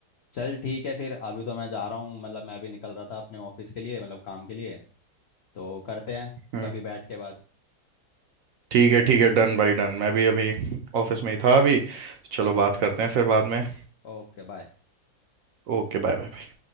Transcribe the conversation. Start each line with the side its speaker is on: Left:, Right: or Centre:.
Left: चल ठीक है फिर अभी तो मैं जा रहा हूँ मतलब मैं अभी निकल रहा था अपने ऑफिस के लिए मतलब काम के लिए तो करते हैं
Right: हम्म
Left: कभी बैठ के बात
Right: ठीक है ठीक है डन भाई डन मैं भी अभी ऑफिस में ही था अभी तो चलो बात करते हैं फिर बाद में
Left: Okay bye
Right: Okay bye bye